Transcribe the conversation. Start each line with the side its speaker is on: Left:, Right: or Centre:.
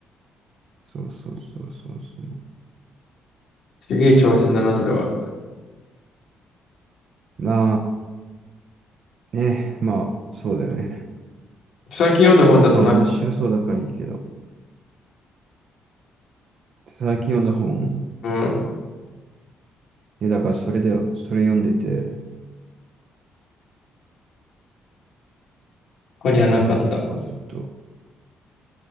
Right: そうそうそうそうそう。
Left: すげえ挑戦だな、それは。
Right: まあ、ね、まあ、そうだよね。
Left: 最近読んだ本だとなんか、
Right: まあ、面白そうだからいいけど、最近読んだ本、
Left: うん。
Right: え、だからそれだよ。それ読んでて、
Left: 他にはなかった。
Right: 結構ずっと。